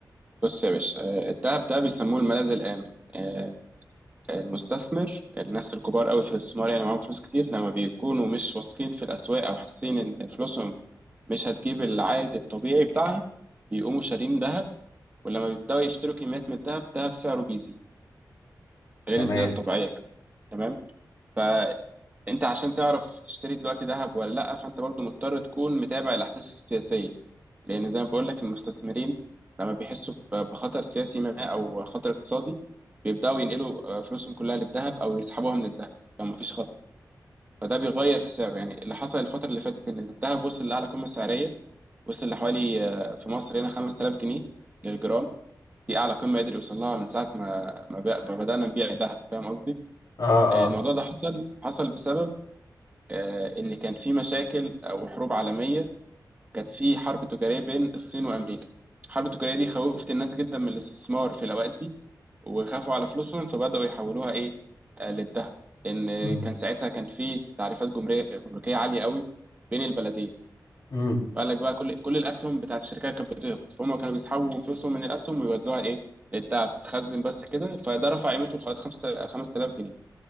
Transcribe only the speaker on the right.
بص يا باشا آه، الدهب ده بيسموه الملاذ الآمن آه، آه، المستثمر الناس الكبار قوي في الاستثمار يعني معاهم فلوس كتير لما بيكونوا مش واثقين في الأسواق أو حاسين إن فلوسهم مش هتجيب العائد الطبيعي بتاعها بيقوموا شارين ذهب ولما بيبدأوا يشتروا كميات من الذهب الذهب سعره بيزيد غير
الزيادة الطبيعية كمان تمام فأنت عشان تعرف تشتري دلوقتي ذهب ولا لأ فأنت برضو مضطر تكون متابع الأحداث السياسية لأن زي ما بقول لك المستثمرين لما بيحسوا ب- بخطر سياسي ما أو خطر اقتصادي بيبدأوا ينقلوا آه، فلوسهم كلها للذهب أو يسحبوها من الذهب لو مفيش خطر فده بيغير في سعره يعني اللي حصل الفترة اللي فاتت إن الذهب وصل لأعلى قمة سعرية وصل لحوالي آه، في مصر هنا 5000 جنيه للجرام دي أعلى قمة قدر يوصل لها من ساعة ما ما بق- ما بدأنا نبيع ذهب فاهم قصدي؟
آه،
الموضوع ده حصل حصل بسبب آه، إن كان في مشاكل أو حروب عالمية كانت في حرب تجارية بين الصين وأمريكا الحرب التجارية دي خوفت الناس جدا من الاستثمار في الأوقات دي وخافوا على فلوسهم فبدأوا يحولوها إيه آه، للذهب لأن
كان ساعتها كان في تعريفات جمركية جمركية عالية قوي بين البلدين
فقال لك بقى كل كل الأسهم بتاعت الشركات كانت بتهبط فهم كانوا بيسحبوا فلوسهم من الأسهم ويودوها إيه للذهب تتخزن بس كده فده رفع قيمته لغاية 5000 جنيه